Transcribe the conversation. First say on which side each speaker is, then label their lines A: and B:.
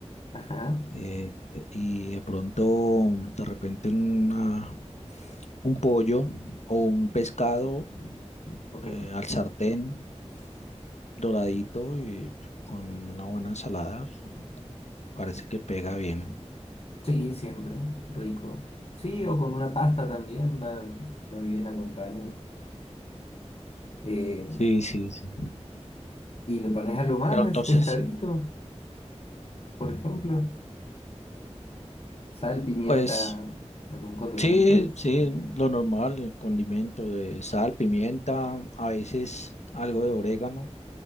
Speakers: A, on the left; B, on the left.
A: Ajá,
B: Eh, y de pronto, de repente, una- un pollo o un pescado
A: ok.
B: eh, al sartén doradito y con una buena ensalada, parece que pega bien.
A: Sí, siempre, rico. Sí, o con una pasta también, va, va bien, acompaño. Eh,
B: Sí, sí, sí.
A: y le pones algo más
B: Pero
A: a
B: entonces,
A: ese pescadito, por ejemplo, sal, pimienta,
B: pues
A: algún condimento.
B: Sí, sí, lo normal, el condimento de sal, pimienta, a veces algo de orégano,